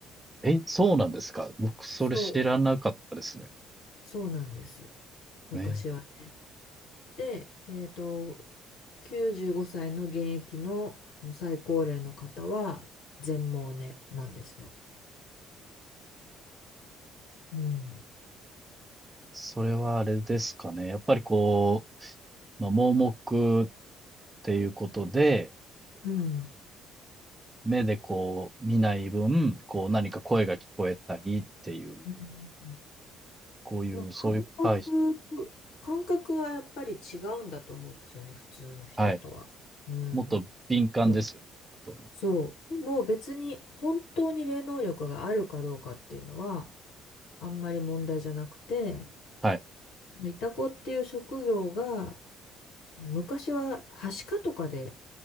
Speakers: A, on the right (about 15°); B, on the left (about 65°).
A: え、そうなんですか僕それ知らなかったですね。
B: そう、そうなんです。昔は。
A: えー
B: で、えっと、95歳の現役の最高齢の方は全盲ねなんですよ。うん。
A: それはあれですかね。やっぱりこう、まあ、盲目っていうことで、
B: うん。
A: 目でこう見ない分、こう何か声が聞こえたりっていう、
B: うん
A: こういう、
B: まあ、感覚、
A: そういう解釈。
B: 感覚はやっぱり違うんだと思うんですよね、普通の人とは。
A: はい。
B: うん。
A: もっと敏感ですよね、
B: うん
A: 多分。
B: そう。でも別に本当に霊能力があるかどうかっていうのはあんまり問題じゃなくて、
A: はい、
B: いたこっていう職業が昔は、はしかとかで